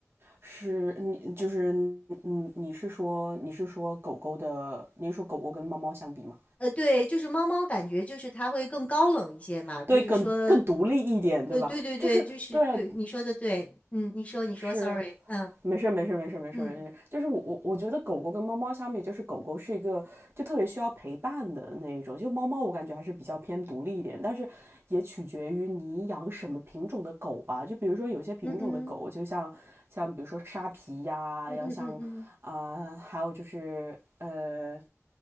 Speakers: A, on the right; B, on the left.
A: 是你就是你你是说你是说狗狗的，你是说狗狗跟猫猫相比吗？
B: 呃，对，就是猫猫感觉就是它会更高冷一些嘛，就是说，
A: 对，更更独立一点，对吧？
B: 呃，对对对，
A: 就是对，
B: 就是对你说的对，嗯，你说你说，sorry，
A: 是
B: 嗯
A: 没事儿没事儿没事儿没事儿没事儿，
B: 嗯
A: 就是我我我觉得狗狗跟猫猫相比，就是狗狗是一个就特别需要陪伴的那一种，就猫猫我感觉还是比较偏独立一点，但是也取决于你养什么品种的狗吧。就比如说有些品种的狗，
B: 嗯嗯
A: 就像像比如说沙皮呀，
B: 嗯嗯嗯嗯
A: 然后像呃还有就是呃